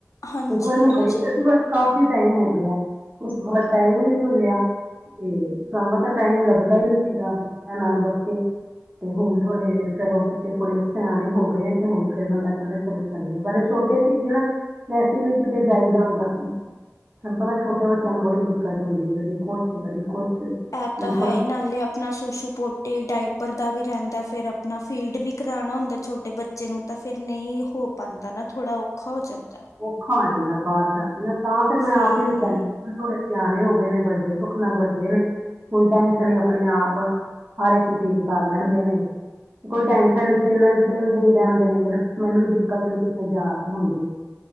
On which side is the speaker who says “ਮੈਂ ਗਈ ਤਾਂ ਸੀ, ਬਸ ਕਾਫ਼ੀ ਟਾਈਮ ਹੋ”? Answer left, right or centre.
Right